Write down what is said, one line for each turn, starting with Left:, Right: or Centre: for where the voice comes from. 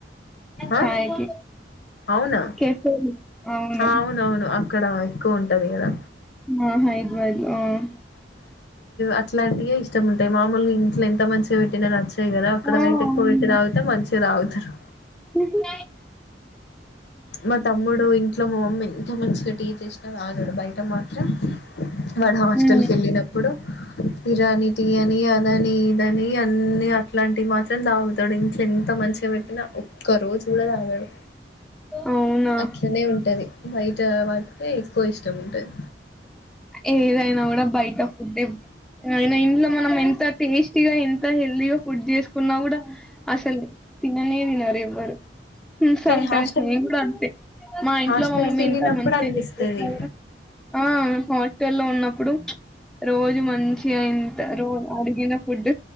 Left: ఆ
Centre: చాయ్ కి
Left: అవునా
Centre: కెఫీకి అవును
Left: అవునవును అక్కడ ఎక్కువుంటది కదా
Centre: ఆహా హైదరాబాదులో హ
Left: అట్లాంటివే ఇష్టంముంటాయి మామూల్గ ఇంట్లో ఎంత మంచిగా పెట్టిన నచ్చ ఉంటాయి కదా అక్కడ
Centre: ఆ!
Left: రేటేక్కువ
Centre: అవును.
Left: పెట్టి తాగితే మంచిగా తాగుతారు
Centre: హ్మ్.
Left: మా తమ్ముడు ఇంట్లో మా మమ్మీ ఎంత మంచిగా టి చేసిన తాగాడు బయట మాత్రం వాడు హాస్టల్కేళ్ళినప్పుడు
Centre: హ్మ్.
Left: ఇరాని టీ అని అదని ఇదని అన్ని అట్లాంటివి మాత్రం దాగుతడు ఇంట్లే ఎంత మంచిగా వెట్టినా ఒక్క రోజు కూడా తాగడు
Centre: అవునా!
Left: అట్లనే ఉంటది బయట వాటికే ఎక్కువ ఇష్టం ఉంటది
Centre: ఏదైనా కూడా బయట ఫుడ్డే ఆయిన ఇంట్లో మనం ఎంత టేస్టీగా ఎంత హెల్దీగా ఫుడ్ చేస్కు కున్నా కూడా అసలు తిననే తినరు ఎవ్వరు సమ్
Left: కానీ హాస్టల్
Centre: టైమ్స్ మేము కూడా అంతే మా ఇంట్లో
Left: హాస్టల్కి
Centre: మా మమ్మీ
Left: వెళ్ళినప్పుడు
Centre: ఇంత మంచిగా
Left: అనిపిస్తది
Centre: చేసిన కూడా ఆ హాస్టల్లో ఉన్నప్పుడు రోజు మంచి అంత రోజ అడిగిన ఫుడ్